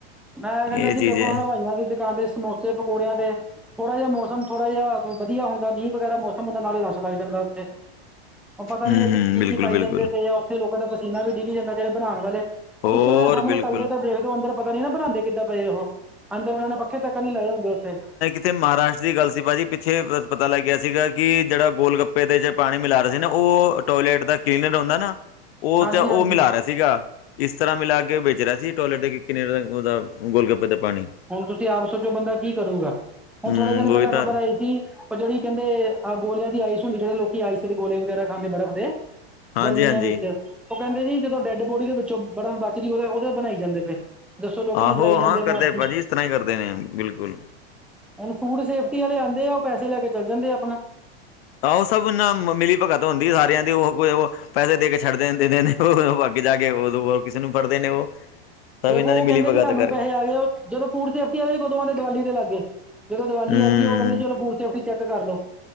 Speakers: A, in the centre; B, on the left (about 65°).
A: ਮੈਂ ਕਹਿੰਦਾ
B: ਇਹ
A: ਜੀ
B: ਚੀਜ਼
A: ਦੇਖੋ
B: ਹੈ
A: ਹਲਵਾਈਆਂ ਦੀ ਦੁਕਾਨ ਤੇ ਸਮੋਸੇ, ਪਕੌੜਿਆਂ ਤੇ ਥੋੜਾ ਜਿਹਾ ਮੌਸਮ ਥੋੜ੍ਹਾ ਜਿਹਾ ਵਧੀਆ ਹੁੰਦਾ ਮੀਂ ਵਗੈਰਾ ਮੌਸਮਦਾ ਨਾਲ ਹੀ ਰਸ਼ ਲਹ ਜਾਂਦਾੱ ਓਥੇ। ਪਤਾ ਨੀ
B: ਹੂੰ-ਹੂੰ,
A: ਵਿੱਚ ਕੀ,
B: ਬਿਲਕੁਲ-ਬਿਲਕੁਲ
A: ਕੀ ਪਾਈ ਜਾਂਦੇ ਪਏ, ਤੇ ਆ ਉੱਥੇ ਲੋਕਾਂ ਦਾ ਪਸੀਨਾ ਵੀ ਡਿੱਗ ਜਾਂਦਾ ਜਿਹੜੇ ਬਣਾਉਣ ਵਾਲੇ
B: ਹੋਰ
A: ਤੁਸੀਂ ਉਹਨਾਂ ਦੇ ਸਾਹਮਣੇ
B: ਬਿਲਕੁਲ
A: ਤਲਦੇ ਤਾਂ ਦੇਖਦੇਓ ਅੰਦਰ ਪਤਾ ਨੀ ਨਾ ਬਣਾਉਂਦੇ ਕਿੱਦਾ ਪਏ ਉਹ। ਅੰਦਰ ਉਹਨਾਂ ਨੇ ਪੱਖੇ ਤੱਕ ਨਹੀਂ ਲਾਏ ਹੁੰਦੇ ਉਥੇ
B: ਇੱਥੇ ਮਹਾਰਾਸ਼ਟਰ ਦੀ ਗੱਲ ਸੀ ਭਾਜੀ ਪਿੱਛੇ ਪਤਾ ਲੱਗ ਗਿਆ ਸੀਗਾ ਕਿ ਜਿਹੜਾ ਗੋਲ ਗੱਪੇ ਤੇ ਚ ਪਾਣੀ ਮਿਲਾ ਰਹੇ ਸੀ ਨਾ ਉਹ ਟੋਇਲੇਟ ਦਾ ਕਲੀਨਰ ਹੁੰਦਾ ਨਾ ਉਹ
A: ਹਾਂਜੀ
B: ਚ ਉਹ
A: ਹਾਂਜੀ
B: ਮਿਲਾ ਰਿਹਾ ਸੀਗਾ ਇਸ ਤਰ੍ਹਾਂ ਮਿਲਾ ਕੇ ਉਹ ਵੇਚ ਰਿਹਾ ਸੀ ਟੋਇਲੇਟ ਤੇ ਕਿ ਕਿੰਨੇ ਉਹਦਾ ਗੋਲ ਗੱਪੇ ਤੇ ਪਾਣੀ।
A: ਹੁਣ ਤੁਸੀਂ ਆਪ ਸੋਚੋ ਬੰਦਾ ਕੀ ਕਰੂਗਾ। ਹੁਣ
B: ਹੂੰ
A: ਥੋੜੇ ਦਿਨ ਪਹਿਲਾਂ
B: ਉਹੀ ਤਾਂ
A: ਖ਼ਬਰ ਆਈ ਸੀ ਕੀ ਪਰ ਜਿਹੜੀ ਕਹਿੰਦੇ ਆ ਗੋਲ ਦੀ ਆਈਸ ਹੁੰਦੀ ਜਿਹੜੇ ਲੋਕੀ ਆਈਸ ਗੋਲੇ ਵਗੈਰਾ ਖਾਂਦੇ ਬਰਫ਼ ਦੇ
B: ਹਾਂਜੀ
A: ਗਰਮੀਆਂ
B: ਹਾਂਜੀ
A: ਵਿੱਚ ਉਹ ਕਹਿੰਦੇ ਜੀ ਜਦੋਂ ਡੈਡ ਬੋਡੀ ਦੇ ਵਿੱਚੋਂ ਬੜਾ ਬਚਦੀਓ ਉਹਦੇ ਬਣਾਈ ਜਾਂਦੇ ਪਏ। ਦੱਸੋ ਲੋਕਾਂ
B: ਆਹੋ
A: ਨੂੰ ਡਰਾਈ ਜਾਂਦੇ
B: ਹਾਂ ਕਰਦੇ
A: ਪਏ ਹਨ।
B: ਭਾਜੀ ਇਸ ਤਰ੍ਹਾਂ ਹੀ ਕਰਦੇ ਨੇ ਬਿਲਕੁਲ।
A: ਹੁਣ ਫੂਡ ਸੇਫਟੀ ਵਾਲੇ ਆਉਂਦੇ ਆ, ਉਹ ਪੈਸੇ ਲੈ ਕੇ ਚੱਲ ਜਾਂਦੇ ਆ ਆਪਣਾ।
B: ਤਾਂ ਉਹ ਸਭ ਇਨਾਂ ਮਿਲੀ ਭਗਤ ਹੁੰਦੀ ਸਾਰਿਆਂ ਦੀ ਉਹ ਕੋਈ ਪੈਸੇ ਦੇ ਕੇ ਛੱਡਦੇ ਦਦੇ ਨੇ ਉਹ ਅੱਗੇ ਜਾ ਕੇ ਉਦੋਂ ਕਿਸੇ ਨੂੰ ਫੜਦੇ ਨੇ ਉਹ। ਸਭ
A: ਵੇਖੋ
B: ਇਹਨਾਂ ਦੀ
A: ਉਹ
B: ਮਿਲੀ
A: ਕਹਿੰਦੇ
B: ਭਗਤ
A: ਕਿ ਸਾਨੂੰ
B: ਕਰਕੇ
A: ਪੈਸੇ ਆ ਗਏ ਉਹ ਜਦੋਂ ਫੂਡ ਸੇਫਟੀ ਵਾਲੇ ਉਦੋਂ ਆ ਦੇ ਦੀਵਾਲੀ ਦੇ ਲਾਗੇ। ਜਦੋਂ ਦੀਵਾਲੀ
B: ਹੂੰ
A: ਆਉਂਦੀ ਉਹ ਕਹਿੰਦੇ ਚਲੋ ਪੂਰ ਸੇਫਟੀ ਚੈੱਕ ਕਰ ਲਓ,